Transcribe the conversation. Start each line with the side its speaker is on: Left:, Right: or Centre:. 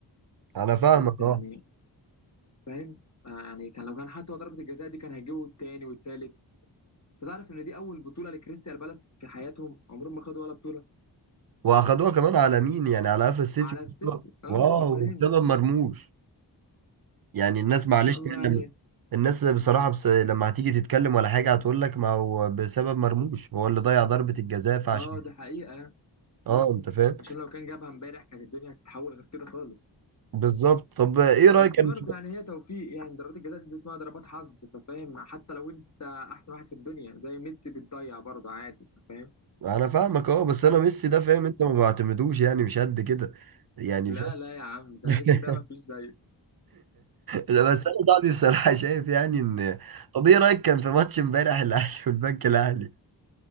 Right: انا فاهمك
Left: بس يعني
Right: اه
Left: فاهم آه، يعني كان لو كان حتى هو ضربه الجزاء دي كان هيجيبوا التاني والتالت انت تعرف ان دي اول بطوله لكريستال بالاس في حياتهم عمرهم ما خدوا ولا بطوله
Right: واخدوها كمان على مين يعني على قفا السيتي
Left: على السيتي اه
Right: واو
Left: ففاهم
Right: بسبب مرموش يعني الناس معلش
Left: ان شاء الله
Right: يعني
Left: يعني
Right: لما الناس بصراحة بس لما هتيجي تتكلم ولا حاجة هتقول لك ما هو بسبب مرموش هو اللي ضيع ضربة الجزاء فعشان
Left: اه ده حقيقه
Right: اه
Left: اه
Right: انت فاهم
Left: عشان لو كان جابها امبارح كانت الدنيا هتتحول غير كده خالص
Right: بالظبط طب ايه رأيك
Left: بس
Right: انا
Left: برضه يعني هي توفيق يعني ضربات الجزاء دي اسمها ضربات حظ فاهم حتى لو انت احسن واحد في الدنيا زي ميسي بتضيع برضه عادي فاهم
Right: انا فاهمك اه بس انا ميسي ده فاهم انت ما بعتمدوش يعني مش قد كده يعني
Left: لا
Right: فاهم
Left: لا يا عم ده ميسي
Right: <laughs>
Left: ده ما فيش زيه
Right: لا بس انا صاحبي بصراحة شايف يعني ان طب ايه رأيك كان في ماتش امبارح الاهلي <laughs> والبنك الاهلي